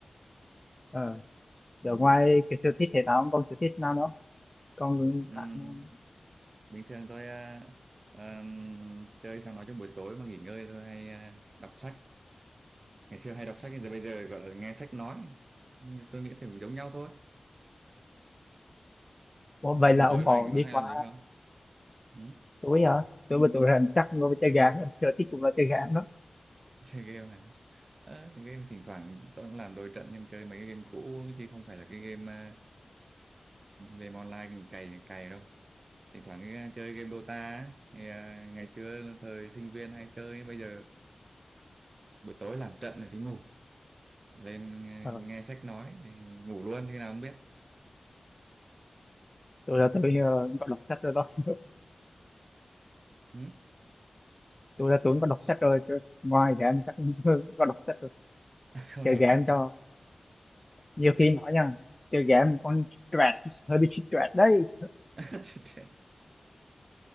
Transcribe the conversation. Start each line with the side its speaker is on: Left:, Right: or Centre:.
Left: Ờ, Giờ ngoài cái sở thích thể thao ông còn sở thích nào nữa? không? Còn
Right: Ừm,
Left: khác nào? không?
Right: bình thường tôi ờ, ờm, chơi sang nói trong buổi tối mà nghỉ ngơi tôi hay ờ, đọc sách ngày xưa hay đọc sách giờ bây giờ gọi là nghe sách nói Nhưng tôi nghĩ thì giống nhau thôi
Left: Ủa, vậy
Right: à, buổi
Left: là ông
Right: tối
Left: có
Right: rảnh có
Left: đi
Right: hay
Left: qua
Right: làm gì không ừ?
Left: túi hả? Tôi mà tôi rằng chắc ngồi với chơi game, sở thích cũng là chơi game đó.
Right: <laughs> chơi game này à, game thỉnh thoảng tôi cũng làm đôi trận nhưng chơi mấy cái game cũ chứ không phải là cái game à, game online mình cày cày đâu thỉnh thoảng cái, ờ, chơi game Dota á, thì, à, ngày xưa thời sinh viên hay chơi bây giờ buổi tối làm trận rồi đi ngủ lên à,
Left: Ờ.
Right: nghe sách nói thì ngủ luôn khi nào không biết
Left: Tôi là tôi ờ, có đọc sách rồi đó. <laughs>
Right: ừ?
Left: Tôi là tôi cũng có đọc sách rồi. Tôi, ngoài game chắc <laughs> tôi có đọc sách rồi.
Right: <laughs> không
Left: Chơi
Right: đọc
Left: game
Right: sách
Left: cho
Right: à?
Left: nhiều khi nói nha. Chơi game con stress, hơi bị stress đấy.
Right: <laughs>